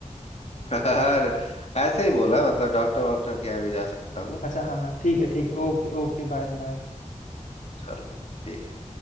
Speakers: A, on the left; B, on the left.
A: <laughs> अरे ऐसे ही बोला मतलब डॉक्टर वॉक्टर के यहाँ भी जा सकता हूँ
B: अच्छा हाँ हाँ ठीक है ठीक है ओके ओके बाय बाय
A: चलो ठीक है